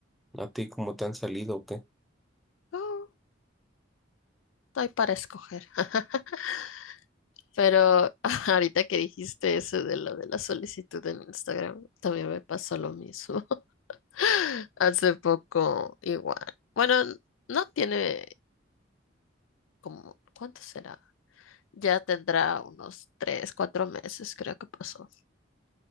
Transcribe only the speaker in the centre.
¿A ti cómo te han salido o qué?